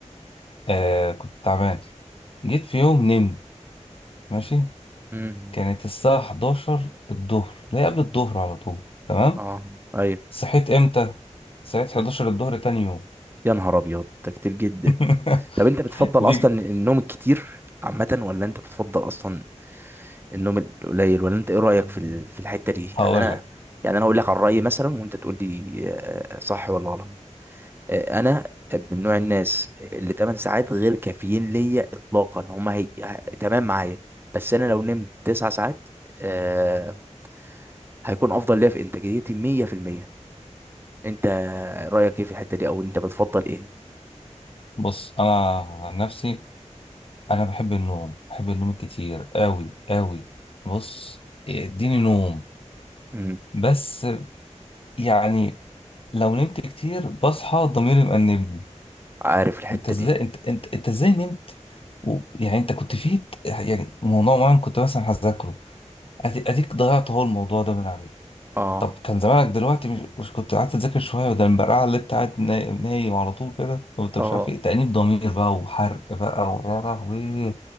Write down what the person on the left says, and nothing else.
آه كنت تعبان جيت في يوم نمت ماشي
كانت الساعة 11 الظهر لا قبل الظهر على طول تمام
صحيت امتى صحيت
11 الظهر تاني يوم
<laughs>
دي
هقول
لك
بص انا عن نفسي انا بحب النوم بحب النوم كتير قوي قوي بص آه، اديني نوم
بس يعني لو نمت كتير بصحى ضميري مأنبني
انت ازاي
انت انت, انت ازاي نمت و... يعني انت كنت فيه يعني موضوع معين كنت مثلا هذاكره أدي- اديك ضيعت اهو الموضوع ده من عليك
طب كان زمانك دلوقتي مش, مش كنت قعدت تذاكر شويه وده البرقعه اللي انت قاعد نا- نايم على طول كده طب انت
مش عارف ايه تأنيب ضمير بقى وحرق بقى ويا لهوي